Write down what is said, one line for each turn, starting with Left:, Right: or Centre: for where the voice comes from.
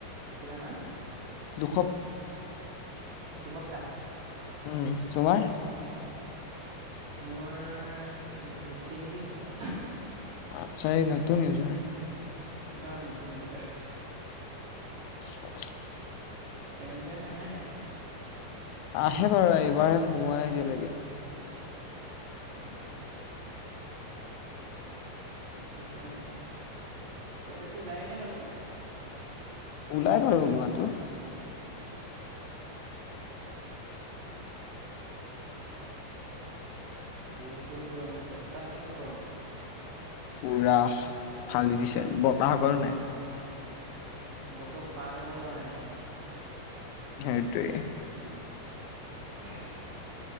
Right: কিমানমান?
Left: দুশপ
Right: দুসপ্তাহ।
Left: উম, তোমাৰ?
Right: মোৰ তিনিদিন, তিনিদিন হৈছে।
Left: আচ্ছা, এ নতুন ইউজাৰ।
Right: ন, নতুন হৈ যায়।
Left: <inaudible>
Right: পেমেণ্ট-চেমেণ্ট আহেনে, নাই?
Left: আহে বাৰু, এইবাৰহে সোমোৱা নাই এতিয়ালৈকে।
Right: আচ্ছা। ঠিকে আছে, প্ৰফিটটো ওলায়েনে ভালকে?
Left: ওলাই বাৰু ওলোৱাটো।
Right: বহুত গৰম দিছে, তাত কেনেকুৱা গৰম?
Left: পুৰা, ফালি দিছে আজি, বতাহ অকনো নাই।
Right: গছৰ পাত এটা, লৰা নাই।
Left: সেইটোৱেই।
Right: <inaudible>